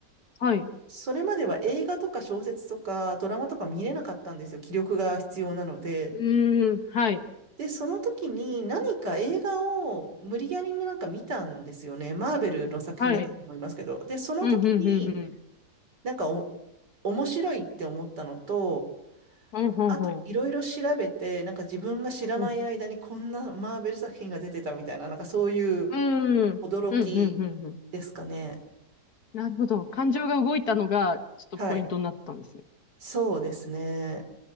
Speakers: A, on the left; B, on the right.
A: はい。
B: それまでは映画とか小説とかドラマとか見れなかったんですよ。気力が必要なので。
A: うーん、はい、
B: で、その時に何か映画を無理やりなんか見たんですよね。マーベルの作品だったと思いますけど。
A: はい。
B: で、その時に
A: うん、うん、うん、うん。
B: なんかお、面白いって思ったのと、
A: ほうほうほう。
B: あといろいろ調べて、なんか自分が知らない間にこんなマーベル作品が出てたみたいな、
A: うん。
B: なんかそういう
A: うーん。
B: 驚き
A: うん、うん、うん、うん。
B: ですかね。
A: なるほど。感情が動いたのが、ちょっとポイントになったんですね。
B: はい。そうですね。